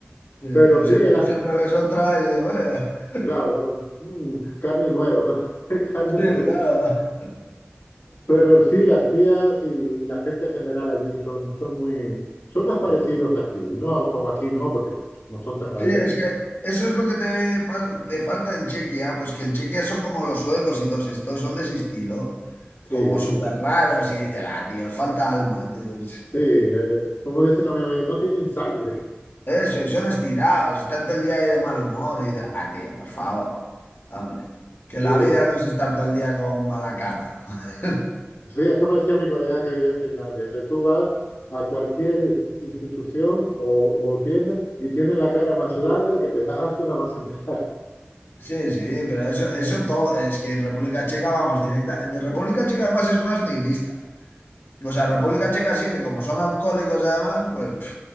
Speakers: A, on the left; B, on the left.
A: Sí,
B: Pero
A: pero
B: sí
A: siempre,
B: era,
A: siempre ves otra y digo, oye, <laughs>
B: claro, mm, carne nueva, ¿no? <laughs> Carne
A: Sí,
B: fresca.
A: claro. va.
B: Pero sí, las tías y, y la gente en general allí son, son muy, son más parecidos
A: Sí.
B: aquí. No, como aquí no, porque no son tan abiertos.
A: Sí, es que eso es lo que te, pas- te falta en Chequia, pues que en Chequia son como los suecos y todos estos, son de ese estilo,
B: Sí,
A: como súper
B: uf.
A: raros y dicen, ah, tío, os falta alma, tío.
B: Sí, eh, como dicen amigos, no tienen sangre.
A: Eso, y son estirados, y tanto el día ahí de mal humor, y dicen, ah, tío, por favor, hombre, que
B: <laughs>
A: la vida
B: Sí,
A: no es estar todo el día con mala cara. <laughs>
B: Sí, eso me decía mi colega que vivía en Finlandia. Dice, tú vas a cualquier institución o, o tienda y tienen la cara más larga que te das asco nada más entrar. <laughs>
A: Sí, sí, pero eso, eso todo, es que en República Checa vamos directa. De República Checa además es más nihilista. O sea, República Checa sí que como son alcohólicos además, pues, pf,